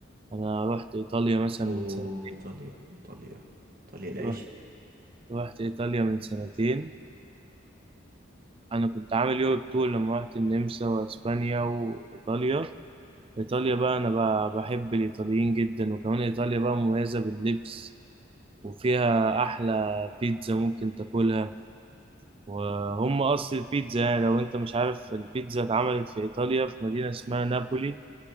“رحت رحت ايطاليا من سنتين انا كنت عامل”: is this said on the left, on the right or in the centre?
Right